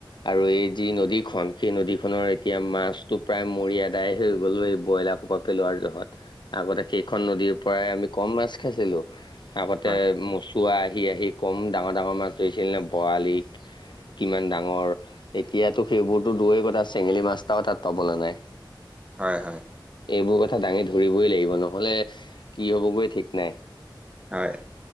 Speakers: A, on the left; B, on the right.
A: আৰু এই যি নদীখনন সেই নদীখনৰ এতিয়া মাছটো প্ৰায় মৰি আদায় হৈ গ'ল এই ব্ৰইলাৰ সোপা পেলোৱাৰ জহত, আগতে সেইখন নদীৰ পৰাই আমি কম মাছ খাইছিলোঁ, আগতে
B: হয়
A: ম চুৱা আহি আহি কম ডাঙৰ ডাঙৰ মাছ ধৰিছিল নে বৰালি কিমান ডাঙৰ এতিয়াতো সেইবোৰতো দূৰেই কথা চেঙেলী মাছ এটাও তাত পাবলৈ নাই।
B: হয় হয়।
A: এইবোৰ কথা দাঙি ধৰিবই লাগিব ন'হলে, কি হ'ব গৈ ঠিক নাই।
B: হয়।